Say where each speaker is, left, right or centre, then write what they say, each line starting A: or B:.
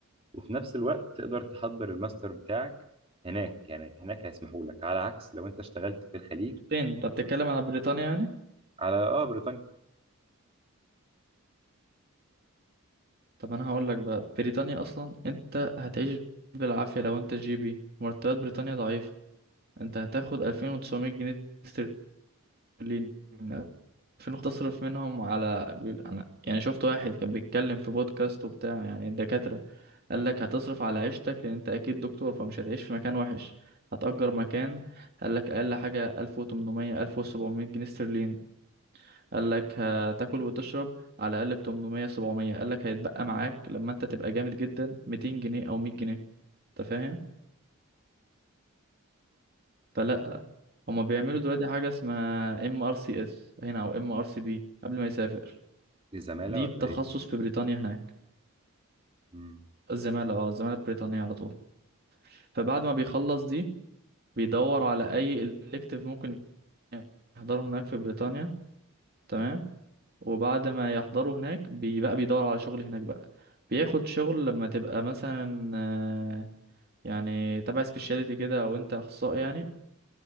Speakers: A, on the right (about 25°); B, on the right (about 45°).
A: وفي نفس الوقت تقدر تحضر الماستر بتاعك هناك يعني هناك هيسمحوا لك على عكس لو أنت اشتغلت في الخليج
B: فين انت بتتكلم على بريطانيا يعني
A: على آه بريطانيا
B: طب انا هقول لك بقى بريطانيا اصلا انت هتعيش بالعافيه لو انت جي بي مرتبات بريطانيا ضعيفه انت هتاخد 2900 جنيه استرليني 2000 تصرف منهم على بيقول- انا يعني شفت واحد كان بيتكلم في بودكاست وبتاع يعني الدكاتره قال لك هتصرف على عيشتك لان انت اكيد دكتور فمش هتعيش في مكان وحش هتأجر مكان قال لك اقل حاجه 1800 1700 جنيه استرليني قال لك هتاكل وتشرب على الاقل ب 800 700 قال لك هيتبقى معاك لما انت تبقى جامد جدا 200 جنيه او 100 جنيه انت فاهم فلا هما بيعملوا دلوقتي حاجه اسمها ام ار سي اس هنا او ام ار سي بي قبل ما يسافر
A: دي زمالة
B: دي
A: ولا
B: التخصص
A: إيه دي؟
B: في بريطانيا هناك
A: مم.
B: الزماله اه الزماله البريطانيه على طول فبعد ما بيخلص دي بيدور على اي الكتيف ممكن يحضره هناك في بريطانيا تمام وبعد ما يحضروا هناك بيبقى بيدور على شغل هناك بقى بياخد شغل لما تبقى مثلا آه، يعني تبع سبيشاليتي كده او انت اخصائي يعني